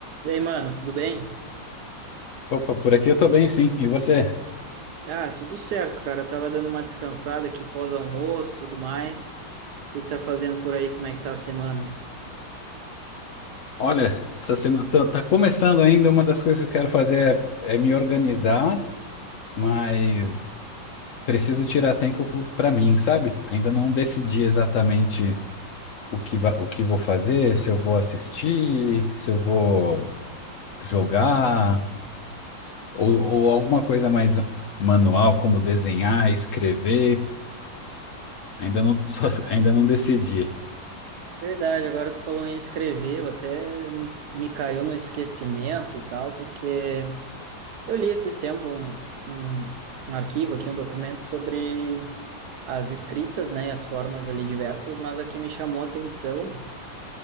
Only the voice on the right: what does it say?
E aí, mano, tudo bem?
Ah, tudo certo, cara. Eu tava dando uma descansada aqui pós-almoço, tudo mais. O que que tá fazendo por aí? Como é que tá a semana?
Cara,
verdade, agora tu falou em escrever, eu até me caiu no esquecimento e tal, porque eu li esses tempos um, um, um arquivo aqui, um documento sobre as escritas, né, e as formas ali diversas, mas a que me chamou a atenção.